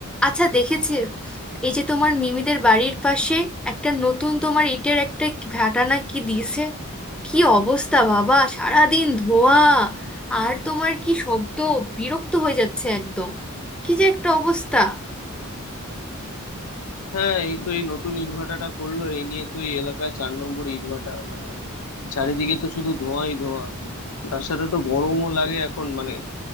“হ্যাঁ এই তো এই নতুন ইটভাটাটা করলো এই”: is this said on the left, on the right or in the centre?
Left